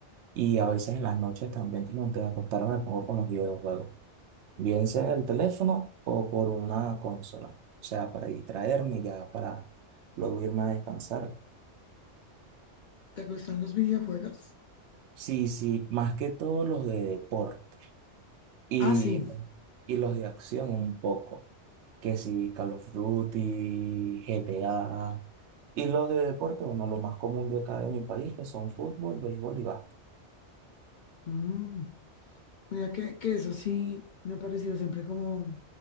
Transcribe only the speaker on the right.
Y a veces en las noches también, como antes de acostarme, me pongo con los videojuegos. Bien sea en el teléfono o por una consola. O sea, para distraerme y ya para luego irme a descansar.
Sí, sí, más que todo los de deporte. Y,
y los de acción un poco, que si Call of Duty, GTA, y los de deporte, bueno, lo más común de acá de mi país, que son fútbol, béisbol y básquet.